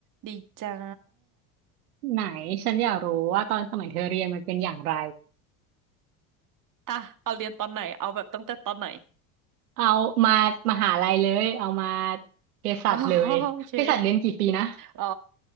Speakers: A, on the right; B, on the right.
A: ดีจ้า
B: ไหนฉันอยากรู้ว่าตอนสมัยเธอเรียนมันเป็นอย่างไร
A: อ่ะเอาเรียนตอนไหนเอาแบบตั้งแต่ตอนไหน
B: เอามามหาลัยเลยเอามาเภสัชเลยเภสัชเรียนกี่ปีนะ
A: อ๋อโอเคอ๋อ